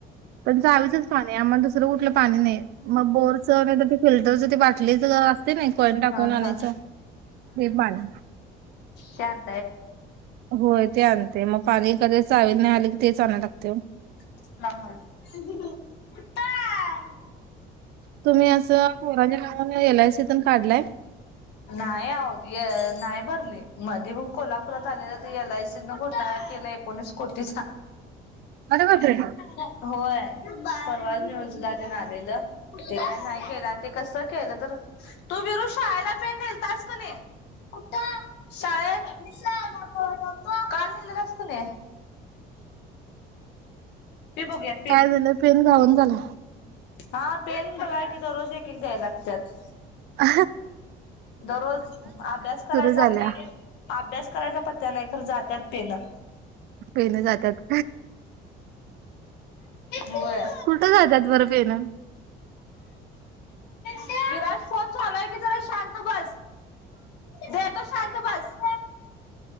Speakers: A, on the right; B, on the left.
A: पण चावीचंच पाणीयं. आम्हाला दुसरं कुठलं पाणी नाहीयं. मग बोर <unintelligible> फिल्टरचं ते बाटलीचं असते ना एक कॉइन टाकून
B: हा
A: आणायचं,
B: हा
A: ते पाणी.
B: चार.
A: होय ते आणते. मग पाणी एखादे वेळेस चावीत नाही आलं की, तेच आणाय लागतेयं.
B: <unintelligible> काय
A: तुम्ही असं पोरांच्या नावानं, एल आय सी पण काढलाय?
B: नाय अवो, ते ए नाय भर मधे मग कोल्हापुरात आलेलं, ते एल आय सी नं घोटाळा केलाय, एकोणीस कोटीचा.
A: अरे बापरे
B: होय, परवाचं न्यूजला तेनं आलेलं. ते काय नाही केलं आणि ते कसं केलं तर, तू विरू शाळेला पेन नेलतास का नी? कुटं? शाळेत? काल न्हेलेलास कनाई? ते बघूयात.
A: काय झालं, पेन घावंना झाला.
B: हा, पेन बघा की, दररोज एक एक द्यायला लागत्यात.
A: अ
B: दररोज अभ्यास करायचा
A: झाल्या
B: <unintelligible> अब्यास करायचा पत्त्या नाय, तर जात्यात तेनं.
A: पेन जात्यात
B: होय.
A: कुटं जात्यात बरं पेनं?
B: विराज, फोन चालू आहे की, जरा शांत बस. देतो शांत बस.